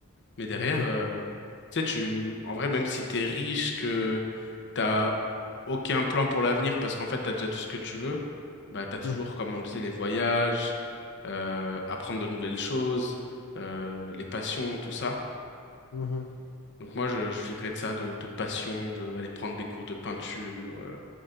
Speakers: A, on the left; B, on the left.
A: Mais derrière,
B: Ok.
A: euh, tu sais, tu, en vrai, même si t'es riche, que t'as aucun plan pour l'avenir parce qu'en fait, t'as déjà tout ce que tu veux, bah, t'as toujours,
B: Mhm.
A: comme on disait, les voyages, euh, apprendre de nouvelles choses, euh, les passions, tout ça.
B: Mhm.
A: Donc moi, je, je vivrais de ça, de, de passion, de aller prendre des cours de peinture. euh,